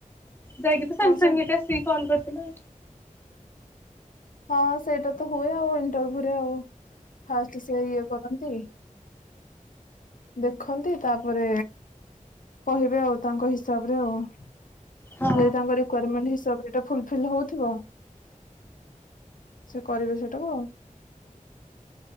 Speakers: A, on the left (about 15°); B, on the left (about 75°).
A: ଯାଇକିତ ସାଙ୍ଗେ
B: ହଁ
A: ସାଙ୍ଗେ
B: ସେ
A: ଏଟା ଆସିକି କଲ କରିଥିଲା।
B: ହଁ ସେଇଟାତ ହୁଏ ଆଉ ଇଣ୍ଟରଭ୍ୟୁରେ ଆଉ ଫାଷ୍ଟ ସେ ଇଏ କରନ୍ତି। ଦେଖନ୍ତି ତାପରେ କହିବେ ଆଉ ତାଙ୍କ ହିସାବରେ ଆଉ ସେ
A: ହଁ
B: ତାଙ୍କ ରିକ୍ୱାରମେଣ୍ଟ ହିସାବରେ ଜଦି ଫୁଲଫିଲ ହଉଥିବ ସେ କରିବେ ସେଟାକୁ ଆଉ